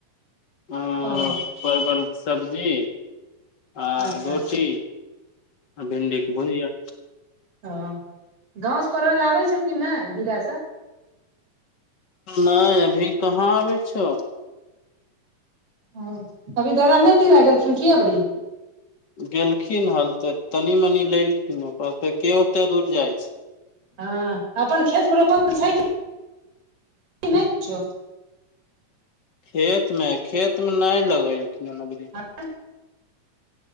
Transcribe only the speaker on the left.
परवल
के सब्जी आ
रोटी
आ भिंडीके भुजिया
नाय अभी कहाँ अबै छौ
गेलखिन हल तऽ तनी मनी लेलखिन कहल्खिन के ओते दूर जाइ छै
खेतमे खेत मे नय लगेलखिन ह मगनी